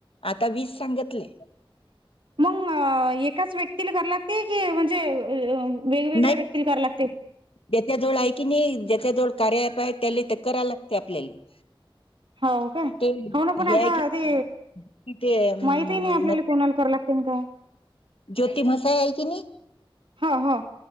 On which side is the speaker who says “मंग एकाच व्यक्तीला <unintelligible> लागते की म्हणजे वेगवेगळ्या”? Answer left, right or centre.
Right